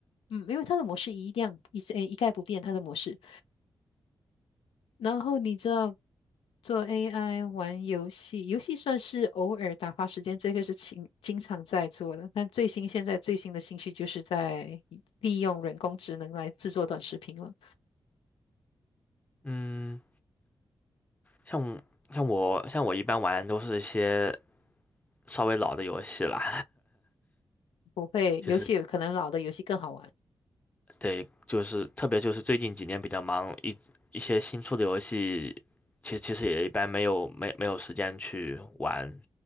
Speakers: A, on the left; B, on the left.
A: 嗯，因为它的模式一样一直一概不变，它的模式。然后你知道，做 AI 玩游戏，游戏算是偶尔打发时间，这个是经经常在做的。但最新现在最新的兴趣就是在利用人工智能来制作短视频了。
B: 嗯，像像我像我一般玩都是一些稍微老的游戏啦，
A: 不会，
B: <laughs> 就是
A: 游戏有可能老的游戏更好玩，
B: 对，就是特别就是最近几年比较忙，一一些新出的游戏，其实其实也一般没有没没有时间去玩，